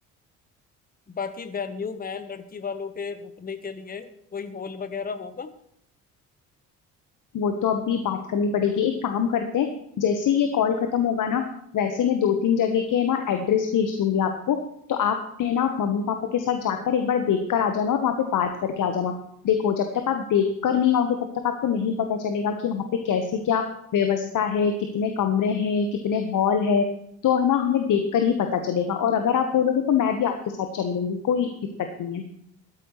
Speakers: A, on the left (about 20°); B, on the left (about 45°).
A: बाकी वेन्यू में लड़की वालों के रुकने के लिए कोई हॉल वगैरह होगा
B: वो तो अभी बात करनी पड़ेगी एक काम करते हैं जैसे ही ये कॉल खत्म होगा ना वैसे मैं दो तीन जगह के ना एड्रेस भेज दूंगी आपको तो आप है ना मम्मी पापा के साथ जाकर एक बार देख कर आ जाना और वहाँ पे बात करके आ जाना देखो जब तक आप देख कर नहीं आओगे तब तक आपको नहीं पता चलेगा कि वहाँ पे कैसी क्या व्यवस्था है कितने कमरे हैं कितने हॉल है तो है ना हमें देख कर ही पता चलेगा और अगर आप बोलोगे तो मैं भी आपके साथ चल लूंगी कोई दिक्कत नहीं है